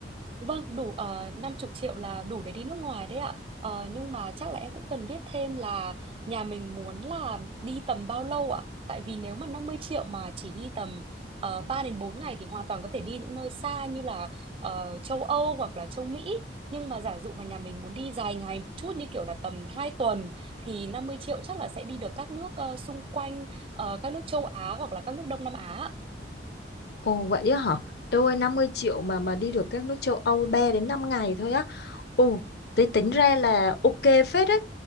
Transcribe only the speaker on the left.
Ồ vậy á hả? Eo ơi 50 triệu mà mà đi được các nước châu Âu 3 đến 5 ngày thôi á. Ồ, tí tính ra là ok phết đấy.